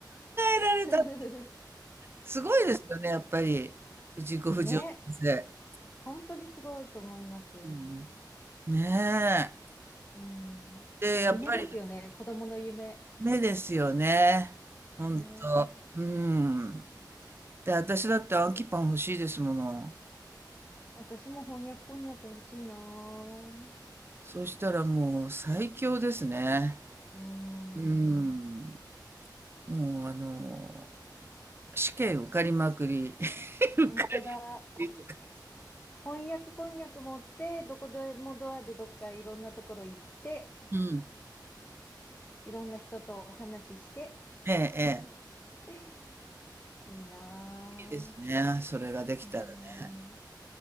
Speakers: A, on the right; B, on the left.
A: えられた。
B: <laughs>
A: すごいですよね、やっぱり。藤子不二雄先生。
B: ね。本当にすごいと思います。
A: うん、ね
B: うん。
A: え。で、やっぱり
B: 夢ですよね。子供の夢。
A: 目ですよね。ほんと。
B: ね。
A: うん。で、私だって暗記パン欲しいですもの。
B: 私も翻訳こんにゃく欲しいなぁ。
A: そしたらもう最強ですね。
B: うん。
A: うん。もうあの、試験受かりまくり。<laughs> 受か
B: 本当だ。
A: りとか。
B: 翻訳こんにゃく持って、どこでもドアでどっかいろんなところ行って、
A: うん。
B: いろんな人とお話しして、
A: ええ、え
B: <laughs> いいな
A: え。いいですね。それができたらね。
B: ぁ。うん。